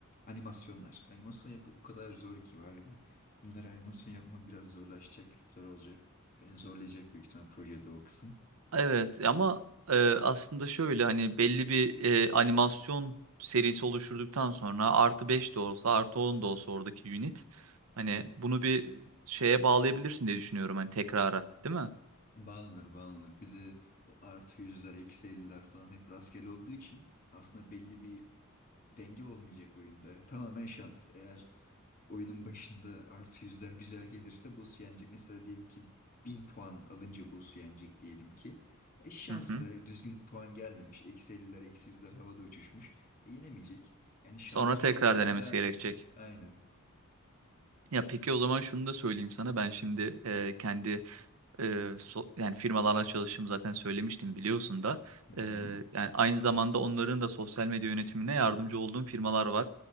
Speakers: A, on the left (about 40°); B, on the right (about 70°).
A: animasyonlar. Animasyon yapmak o kadar zor ki var ya. Bunları animasyon yapmam biraz zorlaşacak, zor olacak. Beni zorlayacak büyük ihtimal projede o kısım.
B: Evet ama e, aslında şöyle hani belli bir e, animasyon serisi oluşturduktan sonra artı 5 de olsa artı 10 da olsa oradaki unit hani bunu bir şeye bağlayabilirsin diye düşünüyorum hani tekrara değil mi?
A: Bağlanır bağlanır. Bir de o artı yüzler, eksi elliler falan hep rastgele olduğu için aslında belli bir denge olmayacak oyunda. Tamamen şans. Eğer oyunun başında artı yüzler güzel gelirse boss yenecek. Mesela diyelim ki 1000 puan alınca boss yenecek diyelim ki. E şansa
B: Hı hı.
A: düzgün puan gelmemiş. Eksi 50'ler, eksi yüzler havada uçuşmuş. E yenemeyecek. Yani şanslı
B: Sonra tekrar
A: olana kadar
B: denemesi
A: devam
B: gerekecek.
A: edecek. Aynen.
B: Ya peki o zaman şunu da söyleyeyim sana ben şimdi e, kendi Ee, so- yani firmalarla çalıştığımı zaten söylemiştim biliyorsun da.
A: Hı hı.
B: Ee, yani aynı zamanda onların da sosyal medya yönetimine yardımcı olduğum firmalar var.